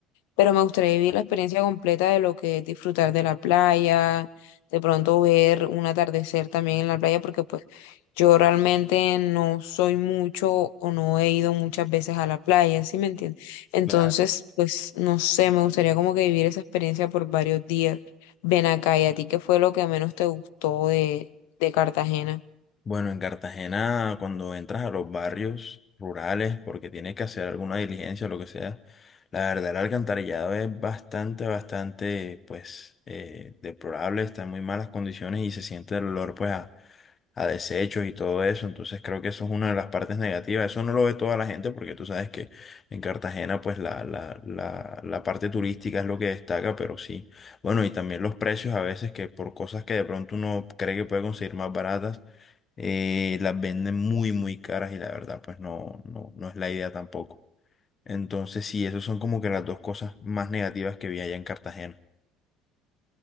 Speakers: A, on the left; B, on the left.
A: pero me gustaría vivir la experiencia completa de lo que es disfrutar de la playa, de pronto ver un atardecer también en la playa, porque pues yo realmente no soy mucho o no he ido muchas veces a la playa, ¿sí me entiendes? Entonces,
B: claro.
A: pues no sé, me gustaría como que vivir esa experiencia por varios días. Ven acá, ¿y a ti qué fue lo que menos te gustó de, de Cartagena?
B: Bueno, en Cartagena, cuando entras a los barrios rurales, porque tienes que hacer alguna diligencia o lo que sea, la verdad el alcantarillado es bastante, bastante, pues, eh, deplorable, está en muy malas condiciones y se siente el olor, pues, a, a desechos y todo eso. Entonces creo que eso es una de las partes negativas. Eso no lo ve toda la gente porque tú sabes que en Cartagena pues la, la, la, la parte turística es lo que destaca, pero sí. Bueno, y también los precios a veces que por cosas que de pronto uno cree que puede conseguir más baratas, eh, las venden muy, muy caras y la verdad pues no, no, no es la idea tampoco. Entonces sí, esas son como que las dos cosas más negativas que vi allá en Cartagena.